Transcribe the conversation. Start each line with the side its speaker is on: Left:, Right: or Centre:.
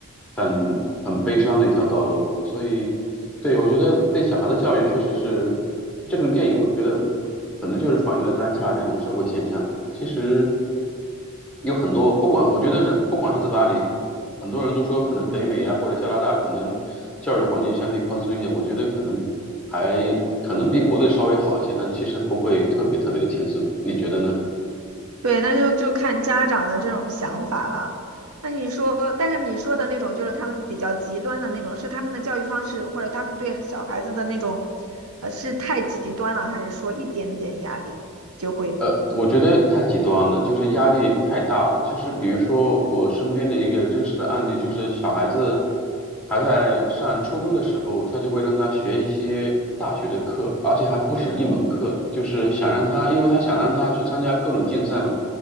Centre: 很很悲伤的一条道路。所以，对，我觉得对小孩的教育确实是这种电影，我觉得可能就是反映了当下这种社会现象。其实有很多，不管我觉得人不管是在哪里，很多人都说可能北美呀或者加拿大可能教育环境相对宽松一点，我觉得可能还可能比国内稍微好一些，但其实不会特别特别的轻松。你觉得呢？
Right: 对，那就就看家长的这种想法了。那你说，但是你说的那种就是他们比较极端的那种，是他们的教育方式，或者他们对小孩子的那种，呃，是太极端了，还是说一点点压力？就会？
Centre: 呃，我觉得太极端了，就是压力太大了。就是比如说，我身边的一个真实的案例，就是小孩子还在上初中的时候，他就会让他学一些大学的课，而且还不止一门课，就是想让他，因为他想让他去参加各种竞赛嘛，